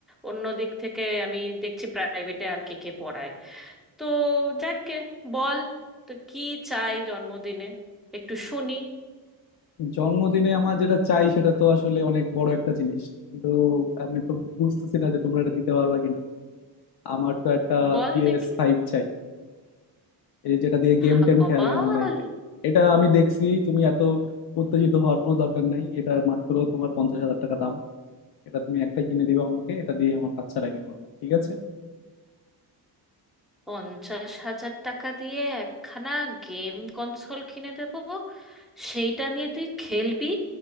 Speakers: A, in the centre; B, on the left.
A: অন্য দিক থেকে আমি দেখছি প্রাইভেটে আর কে কে পড়ায় তো যাকে বল তো কি চাই জন্মদিনে একটু শুনি
B: জন্মদিনে আমার যেটা চাই সেটা তো আসলে অনেক বড় একটা জিনিস কিন্তু আমি তো বুঝতেছি না যে তোমরা এটা দিতে পারবা কিনা আমার তো একটা
A: বল
B: পিএস
A: দেখি
B: ফাইভ চাই এই যে যেটা দিয়ে গেম
A: হা
B: টেম
A: কপাল
B: খেলে অনলাইনে এটা আমি দেখছি তুমি এত উত্তেজিত হওয়ার কোনো দরকার নাই এটা মাত্র তোমার পঞ্চাশ হাজার টাকা দাম এটা তুমি একটা কিনে দিবে আমাকে এটা দিয়ে আমার কাজ চালাই নিবো আমি ঠিক আছে
A: পঞ্চাশ হাজার টাকা দিয়ে একখানা গেম কনসোল কিনে দেব সেইটা নিয়ে তুই খেলবি